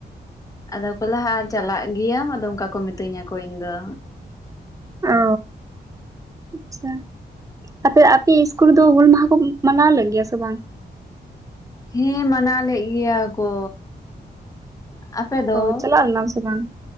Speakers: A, on the left; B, on the right.
A: ᱟᱫᱚ ᱠᱚ ᱞᱟᱦᱟᱜᱼᱟ ᱪᱟᱞᱟᱜ ᱜᱮᱭᱟᱢ ᱟᱫᱚ ᱚᱱᱠᱟ ᱠᱚ ᱢᱤᱛᱟᱹᱧᱟ ᱠᱚ ᱤᱧ ᱫᱚ
B: ᱚ ᱟᱪᱷᱟ ᱟᱯᱮ ᱟᱯᱮᱭᱟᱜ ᱤᱥᱠᱩᱞ ᱨᱮᱫᱚ ᱦᱩᱞ ᱢᱟᱦᱟᱸ ᱠᱚ ᱢᱟᱱᱟᱣ ᱞᱮᱜᱼᱜᱮᱭᱟ ᱥᱮ ᱵᱟᱝ
A: ᱦᱮᱸ ᱢᱟᱱᱟᱣ ᱞᱮᱜ ᱜᱮᱭᱟ ᱠᱚ ᱟᱯᱮ ᱫᱚ
B: ᱚᱻ ᱪᱟᱞᱟᱜ ᱞᱮᱱᱟ ᱥᱮ ᱵᱟᱝ